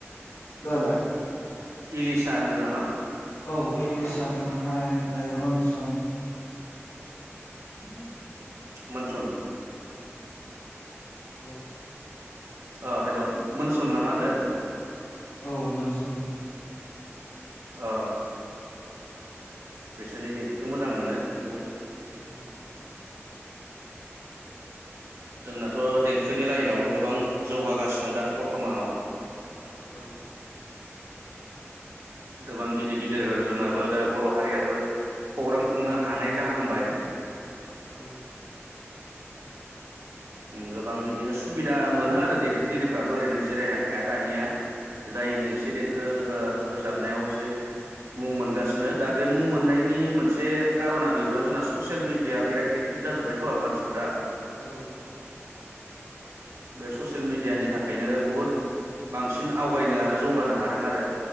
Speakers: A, on the left (about 85°); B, on the right (about 80°).
A: दालाय
B: इलिसा होन्दों नामा
A: औ एलेसाजोंहाय ओमफ्राय मोनसोम <inaudible>
B: मोनसोम
A: हेल'
B: अ हेल' मोनसोम ना मा होनदों
A: औ मोनसोम
B: अ बिसोरनि देंखोखौ मोजां मोनो बुहुद
A: औ
B: जोंनाथ' देंखोनि लाइनावबो गोबां जौगागासिनो दा बर्थ'मानाव
A: औ
B: गोबां गिदिर गिदिर जोंनाबो दा बर' हारियाबो प्रग्राम खुंनो हानाय जाहांबाय
A: औ
B: गोबां बिदिनो सुबिदा मोनो आरो देंखोगिरिफ्राबो ओरैनो जिरायना थाया दानिया जायनो एसे देंखो रोजाबनायाव एसे मुं मोनगासिनो दा बे मुं मोननायनि मोनसे कारना बेबो जोंना ससियेल मेडिया बिराद एक्टिभ जाजोब्बायथ' मानसिफोरा
A: औ
B: बे ससियेल मेडियानि थाखायनो बुहुद बांसिन आवगायनो आरो जौगानो हादों आरो